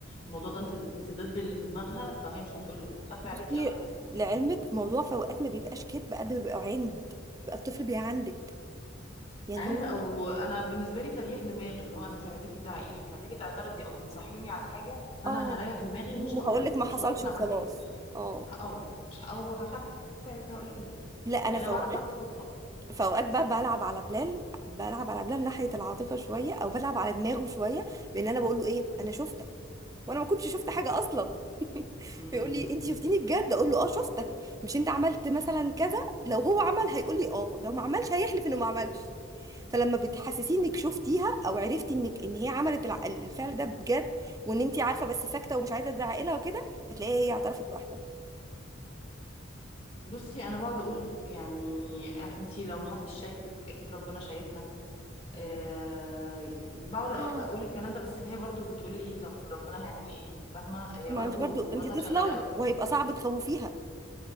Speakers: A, on the left (about 30°); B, on the right (about 20°).
A: الموضوع ده انت انت ضد اللي في دماغها فهي مش هتقولك هتخبي عليكي
B: بصي
A: او هتكذب
B: لعلمك موضوع في اوقات ما بيبقاش كدب قد ما بيبقى عند بيبقى الطفل بيعندك يعني
A: عند
B: هو
A: او انا بالنسبه لي تريح دماغ اللي هو انا مش عايزاكي تزعقيني مش عايزاكي تعترضي او تنصحيني على حاجه فانا
B: اه
A: هريح دماغي ومش هقولها
B: هقول
A: لك
B: لك ما
A: مش
B: حصلش
A: هقول لك انا
B: وخلاص
A: عملت ايه
B: اه
A: هقوم مش او هخبي عليك هقول لك
B: لا انا
A: يعني
B: في
A: انا بعرف
B: اوقات
A: بقى بالصدفه
B: في اوقات بقى بلعب على بلال بلعب على بلال ناحيه العاطفه شويه او بلعب على دماغه شويه بان انا بقول له ايه انا شفتك وانا ما كنتش شفت حاجه اصلا <laughs>
A: امم
B: فيقول لي انت شفتيني بجد اقول له اه شفتك مش انت عملت مثلا كذا لو هو عمل هيقول لي اه لو ما عملش هيحلف انه ما عملش فلما بتحسسيه انك شفتيها او عرفتي انك ان هي عملت الع- الفعل ده بجد وان انت عارفه بس ساكته ومش عايزه تزعقي لها وكده هتلاقيها هي اعترفت لوحدها
A: بصي انا بقعد اقول يعني انتي لو محدش شايفك اكيد ربنا شايفنا أه بقعد اقول
B: آه.
A: الكلام ده بس هي برضو بتقول لي طب ربنا هيعمل لي ايه فاهمه هي
B: ما
A: برضو
B: انت برضو
A: دماغها
B: انت طفله
A: شغاله قوي
B: وهيبقى صعب تخوفيها